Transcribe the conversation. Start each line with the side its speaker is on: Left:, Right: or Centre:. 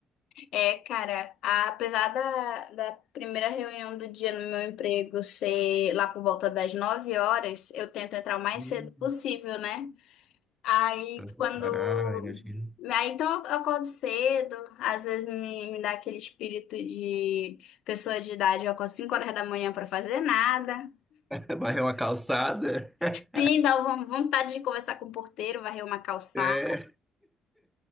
Left: é, cara, a- apesar da, da primeira reunião do dia no meu emprego ser lá por volta das 9 horas, eu tento entrar o mais
Centre: Hum,
Left: cedo possível, né? Aí
Centre: pra se
Left: quando.
Centre: preparar, imagino.
Left: Aí, então eu acordo cedo, às vezes me, me dá aquele espírito de pessoa de idade, eu acordo 5 horas da manhã pra fazer nada.
Centre: <laughs> Varrer uma calçada. <laughs>
Left: Sim, dá uma vontade de conversar com o porteiro, varrer uma calçada.
Centre: É.